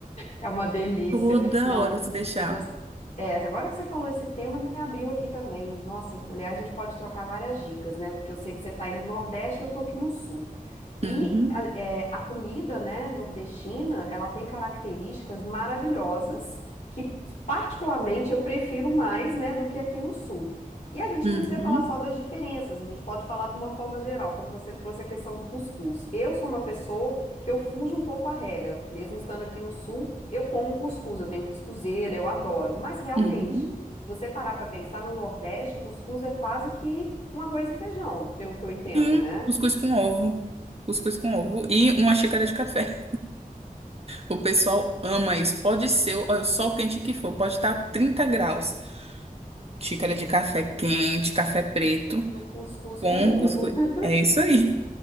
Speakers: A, on the left; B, on the right.
A: É uma delícia.
B: Toda
A: Não,
B: hora se deixar.
A: se você... É, agora que você falou esse tema, me abriu aqui também. Nossa, aliás, a gente pode trocar várias dicas, né? Porque eu sei que você está aí no Nordeste e eu tô aqui no Sul. E
B: Uhum,
A: a, é, a comida, né, nordestina, ela tem características maravilhosas que, particularmente, eu prefiro mais, né, do que aqui no sul. E a gente
B: uhum,
A: não precisa falar só das diferenças, a gente pode falar de uma forma geral, como você trouxe a questão do cuscuz. Eu sou uma pessoa que eu fujo um pouco à regra, mesmo estando aqui no sul, eu como cuscuz, eu tenho cuscuzeira, eu adoro, mas realmente,
B: uhum.
A: se você parar para pensar no Nordeste, o cuscuz é quase que um arroz e feijão, pelo que eu entendo,
B: Sim,
A: né?
B: cuscuz com ovo. Cuscuz com ovo e uma xícara de café. O pessoal ama isso. Pode ser o o sol quente que for, pode estar 30 graus. Xícara de café quente, café preto,
A: E o cuscuz
B: com
A: com ovo.
B: cuscuz.
A: <laughs>
B: É isso aí.